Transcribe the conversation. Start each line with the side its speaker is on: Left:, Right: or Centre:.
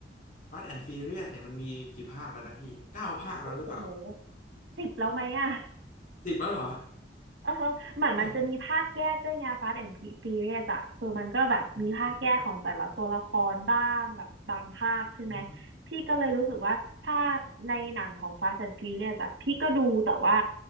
Left: Fast and Furious เนี่ยมันมีกี่ภาคแล้วนะพี่เก้าภาคแล้วหรือเปล่า
Right: โอ้โห สิบแล้วไหมอะ
Left: สิบแล้วเหรอ
Right: เออเหมือนมันจะมีภาคแยกด้วยไง
Left: <laughs> เนี่ย
Right: Fast and Furious อะคือมันก็แบบมีภาคแยกของแต่ละตัวละครบ้างแบบบางภาคใช่ไหม
Left: อ๋อครับอืม
Right: พี่ก็เลยรู้สึกว่าถ้าในหนังของ Fast and Furious อะพี่ก็ดูแต่ว่า